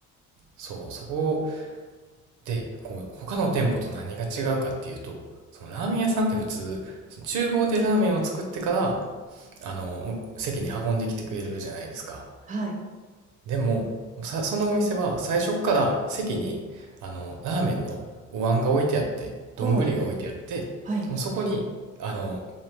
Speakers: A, on the right (about 80°); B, on the right (about 25°).
A: そう、そこで、こう、他の店舗と何が違うかっていうと、そのラーメン屋さんって普通、その厨房でラーメンを作ってから、あの、席に運んできてくれるじゃないですか。
B: はい。
A: でも、さ、そのお店は最初っから席に、あの、ラーメンのお椀が置いてあって、
B: ほう。
A: 丼が置いてあって、
B: はい。
A: もうそこに、あの、